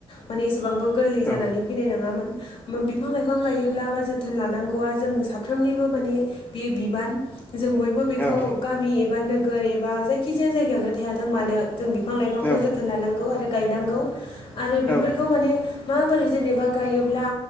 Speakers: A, on the left; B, on the left.
A: माने एसेबांबो गोरलै
B: औ
A: जानानै फैनाय नङामोन। बिफां लाइफां गायोब्ला बा जोथोन लानांगौआ जों साफ्रोमनिबो माने बेयो बिबान जों बयबो बेखौ
B: औ
A: गामि ए एबा नोगोर एबा जायखि जाया जायगायावनो थायाथों मानो जों बिफां लाइफांखौ
B: औ
A: जोथोन लानांगौ आरो गायनांगौ आरो बेफोरखौ
B: औ
A: माने माबोरै जेनेबा गायोब्ला